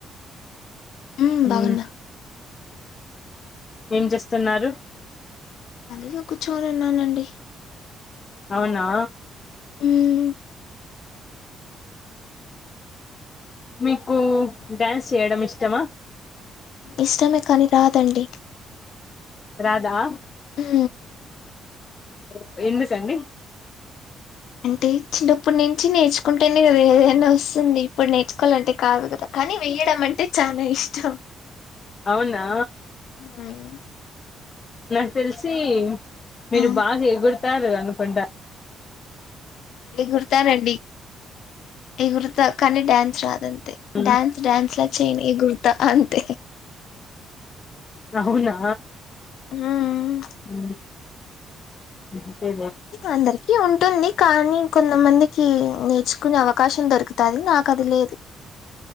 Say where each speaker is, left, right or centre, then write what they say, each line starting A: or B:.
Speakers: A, on the left; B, on the left.
A: హ్మ్.
B: ఉ
A: బాగున్నా.
B: ఏం చేస్తున్నారు
A: ఖళీగా కూర్చొని ఉన్నానండి
B: అవునా
A: హ్మ్.
B: మీకు డ్యాన్స్ చేయడం ఇష్టమా
A: ఇష్టమే కాని రాదండి
B: రాధా
A: ఆ
B: ఓ ఎందుకండి
A: అంటే చిన్నప్పుటి నుంచి నేర్చుకుంటేనే కదా ఏదైనా వస్తుంది ఇప్పుడు నేర్చుకోవాలంటే కాదు కదా కానీ వేయడం అంటే అంటే చాలా ఇష్టం
B: అవునా
A: హ్మ్.
B: నాకు తెలిసి మీరు
A: ఆ!
B: బాగా ఎగుడతారు అనుకుంటారు
A: ఎగురుతానండి ఎగురుతా కానీ డ్యాన్స్ రాదండి
B: మ్మ్.
A: డ్యాన్స్ డ్యాన్స్ లా చెయ్య ను గానీ ఎగురుత అంతే
B: ఆ అవునా
A: ఆ
B: ఉ ఇంతే
A: అందరికి ఉంటుంది కానీ కొంతమందికి నేర్చుకునే అవకాశం దొరుకుతుంది నాకది లేదు